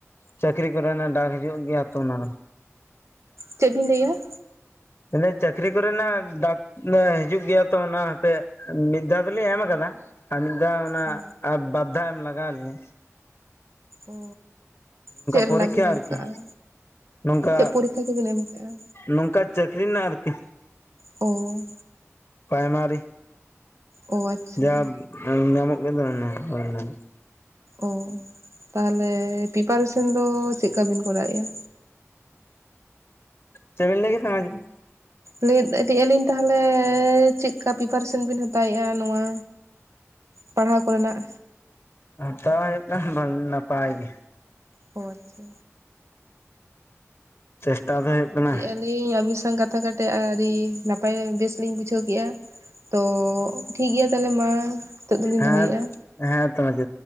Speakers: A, on the left; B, on the right.
A: ᱪᱟᱹᱠᱨᱤ ᱠᱚᱨᱮᱱᱟᱜ ᱰᱟᱠ ᱦᱤᱡᱩᱜ ᱜᱮᱭᱟ ᱛᱚ ᱚᱱᱟ᱾
B: ᱪᱮᱫ ᱵᱤᱱ ᱞᱟᱹᱭᱮᱜᱼᱟ?
A: ᱮ ᱪᱟᱹᱠᱨᱤ ᱠᱚᱨᱮᱱᱟᱜ ᱰᱟᱠ ᱦᱤᱡᱩᱜ ᱜᱮᱭᱟ ᱛᱚ ᱚᱱᱟ ᱦᱟᱯᱮ ᱢᱤᱫ ᱫᱷᱟᱣ ᱫᱚᱞᱮ ᱮᱢ ᱠᱟᱫᱟ ᱟᱨ ᱢᱤᱫ ᱫᱷᱟᱣ ᱚᱱᱟ
B: ᱚ
A: ᱟᱨ ᱵᱟᱨᱫᱷᱟ ᱮᱢ ᱞᱟᱜᱟᱣ ᱞᱤᱧᱟᱹ᱾
B: ᱚ ᱪᱮᱫ ᱨᱮᱱᱟᱜ
A: ᱯᱚᱨᱤᱠᱠᱷᱟ
B: ᱵᱤᱱ ᱮᱢ
A: ᱟᱨᱠᱤ
B: ᱠᱟᱜᱼᱟ?
A: ᱱᱚᱝᱠᱟ
B: ᱪᱮᱫ ᱯᱚᱨᱤᱠᱠᱷᱟ ᱠᱚᱵᱤᱱ ᱮᱢ ᱠᱟᱜᱼᱟ?
A: ᱱᱚᱝᱠᱟ ᱪᱟᱹᱠᱨᱤ ᱨᱮᱱᱟᱜ ᱟᱨᱠᱤ᱾
B: ᱚ᱾
A: ᱯᱨᱟᱭᱢᱟᱨᱤ
B: ᱚ ᱟᱪᱪᱷᱟ
A: ᱡᱟ ᱧᱟᱢᱚᱜ ᱜᱮᱫᱚ ᱚᱱᱟ ᱦᱳᱭ ᱚᱱᱟ ᱜᱮ᱾
B: ᱚ ᱛᱟᱦᱚᱞᱮ ᱯᱤᱯᱟᱨᱮᱥᱚᱱ ᱫᱚ ᱪᱮᱫᱠᱟ ᱵᱤᱱ ᱠᱚᱨᱟᱣᱮᱫᱼᱟ?
A: ᱪᱮᱫᱵᱤᱱ ᱞᱟᱹᱭ ᱠᱮᱫᱟ ᱟᱨ ᱢᱤᱫᱫᱷᱟᱣ
B: ᱞᱮ ᱤᱫᱤᱜ ᱟᱹᱞᱤᱧ ᱛᱟᱦᱟᱞᱮ ᱪᱮᱫᱠᱟ ᱯᱨᱤᱯᱟᱨᱮᱥᱮᱱ ᱵᱮᱱ ᱦᱟᱛᱟᱣᱮᱜᱼᱟ ᱱᱚᱣᱟ? ᱯᱟᱲᱦᱟᱣ ᱠᱚᱨᱮᱱᱟᱜ?
A: ᱦᱟᱛᱟᱣ ᱦᱩᱭᱩᱜ ᱠᱟᱱᱟ ᱵᱷᱟᱞᱮ ᱱᱟᱯᱟᱭ ᱜᱮ᱾
B: ᱚ ᱟᱪᱪᱷᱟ᱾
A: ᱪᱮᱥᱴᱟ ᱫᱚ
B: ᱟᱪᱪᱷᱟ
A: ᱦᱩᱭᱩᱜ ᱠᱟᱱᱟ
B: ᱞᱮᱜ ᱟᱞᱤᱧ ᱟᱹᱵᱤᱱ ᱥᱟᱶ ᱠᱟᱛᱷᱟ ᱠᱟᱛᱮᱜ ᱟᱹᱰᱤ ᱱᱟᱯᱟᱭ ᱵᱮᱥ ᱞᱤᱧ ᱵᱩᱡᱷᱟᱹᱣ ᱠᱮᱜᱼᱟ ᱛᱚ ᱴᱷᱤᱠ ᱜᱮᱭᱟ ᱛᱟᱦᱚᱞᱮ ᱢᱟ᱾ ᱱᱤᱛᱚᱜ ᱫᱚᱞᱤᱧ
A: ᱦᱮᱸ
B: ᱫᱚᱦᱚᱭᱮᱜᱼᱟ᱾
A: ᱦᱮᱸ ᱛᱚ <unintelligible>